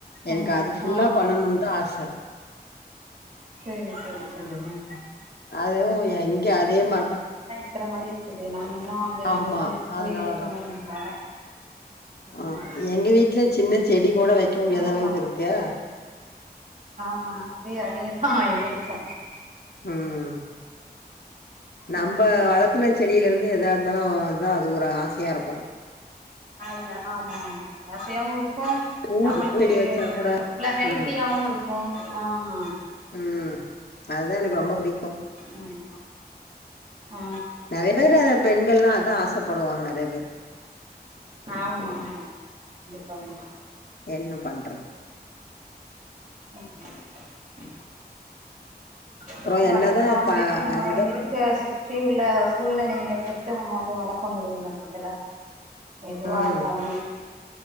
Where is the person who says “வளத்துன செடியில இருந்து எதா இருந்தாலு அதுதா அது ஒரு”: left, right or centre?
Left